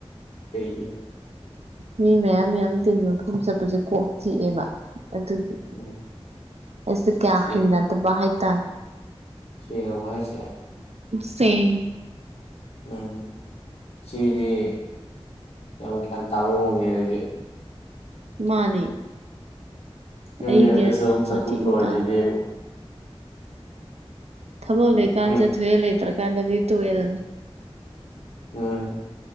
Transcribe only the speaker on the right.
ꯃꯤ ꯃꯌꯥꯝ ꯃꯌꯥꯝ ꯇꯤꯟꯕ ꯃꯐꯝ ꯆꯠꯄꯁꯦ ꯀꯣꯛ ꯆꯤꯛꯑꯦꯕ ꯑꯗꯨꯒꯤ꯫
ꯑꯩꯁꯦ ꯀꯌꯥ
ꯍꯩꯅꯗꯕꯥ ꯍꯥꯏ ꯇꯥꯔꯦ
ꯁꯦ
ꯃꯥꯅꯦ
ꯑꯩ
ꯒ꯭ꯌꯥꯟ
ꯁꯥꯊꯤꯅ ꯇꯥꯕꯅꯦ ꯊꯕꯛ ꯂꯩꯀꯥꯟ
ꯆꯠꯊꯣꯛꯑꯦ ꯂꯩꯇ꯭ꯔꯀꯥꯟꯗꯗꯤ ꯇꯣꯛꯑꯦꯗꯅ꯫